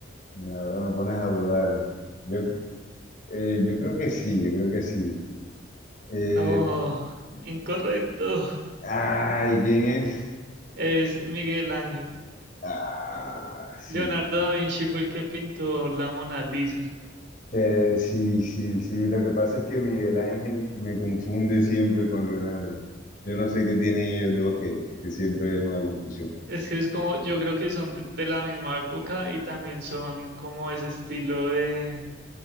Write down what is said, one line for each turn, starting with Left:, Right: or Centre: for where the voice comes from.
Left: Ahora me pones a dudar. Yo, eh, yo creo que sí, yo creo que sí. Eh,
Right: No, incorrecto.
Left: ay, ¿quién es?
Right: Es Miguel Ángel.
Left: Ah, sí,
Right: Leonardo da Vinci fue el que pintó la Mona Lisa.
Left: Eh, sí, sí, sí. Lo que pasa es que Miguel Ángel me confunde siempre con Leonardo. Yo no sé qué tienen ellos dos que, que siempre es una confusión.
Right: Es que es como, yo creo que son de de la misma época y también son como ese estilo de,